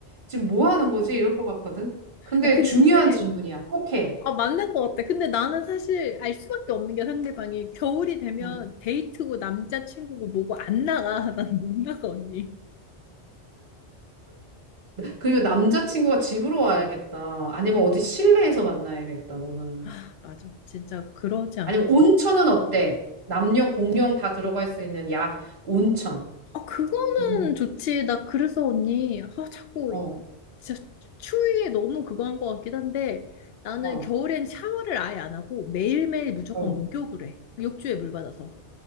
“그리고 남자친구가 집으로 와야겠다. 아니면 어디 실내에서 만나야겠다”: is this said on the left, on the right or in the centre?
Right